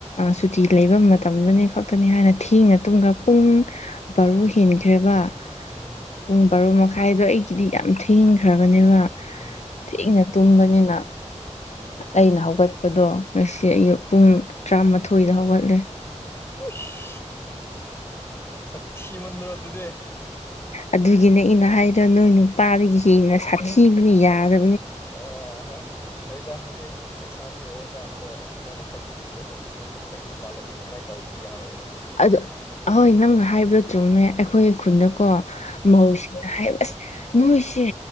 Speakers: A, on the left; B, on the left.
A: ꯁꯨꯇꯤ ꯂꯩꯕ ꯃꯇꯝꯗꯨꯅꯦ ꯈꯛꯇꯅꯤ ꯍꯥꯏꯅ ꯊꯦꯡꯅ ꯇꯨꯝꯈ ꯄꯨꯡ ꯕꯥꯔꯨ ꯍꯦꯟꯈ꯭ꯔꯦꯕ
B: ꯎꯝ
A: ꯄꯨꯡ ꯕꯥꯔꯣ ꯃꯈꯥꯏꯗꯣ ꯑꯩꯒꯤꯗꯤ ꯌꯥꯝ ꯊꯦꯡꯈ꯭ꯔꯕꯅꯦꯕ
B: ꯎꯝ
A: ꯊꯤꯅ ꯇꯨꯝꯕꯅꯤꯅ ꯑꯩꯅ ꯍꯧꯒꯠꯄꯗꯣ ꯉꯁꯤ ꯑꯌꯨꯛ
B: ꯎꯝ
A: ꯄꯨꯡ ꯇꯔꯥꯃꯥꯊꯣꯏꯗ ꯍꯧꯒꯠꯂꯦ
B: ꯈꯨꯁ ꯁꯠꯤꯃꯟ꯭ꯔꯣ ꯑꯗꯨꯗꯦ
A: ꯑꯗꯨꯒꯤꯅꯦ ꯑꯩꯅ ꯍꯥꯏꯔꯣ ꯅꯣꯏ ꯅꯨꯄꯥꯗꯒꯤ ꯍꯦꯟꯅ ꯁꯥꯛꯊꯤꯕꯅ ꯌꯥꯔꯕ
B: ꯑ ꯍꯣꯏꯗ ꯍꯧꯖꯤꯛ ꯂꯩꯁꯥꯕꯤ ꯑꯣꯏꯔꯀꯥꯟꯗ ꯀꯌꯥꯃꯨꯛ ꯁꯥꯊꯤꯅꯤꯡꯕ꯭ꯔꯥ ꯁꯥꯊꯤꯈ꯭ꯔꯣ ꯅꯦꯛꯁ ꯁꯌꯨ ꯄꯥꯜꯂꯗꯤ ꯑꯗꯨꯃꯥꯏꯅ ꯇꯧꯕꯗꯤ ꯌꯥꯔꯣꯏꯅꯀꯣ
A: ꯑꯗ ꯑꯍꯣꯏ ꯅꯪꯅ ꯍꯥꯏꯕꯗꯣ ꯆꯨꯝꯃꯦ ꯑꯩꯈꯣꯏꯒꯤ ꯈꯨꯟꯗꯀꯣ
B: ꯎꯝ
A: ꯃꯧꯁꯤ ꯅ ꯍꯥꯏꯕꯁ ꯅꯣꯏꯁꯦ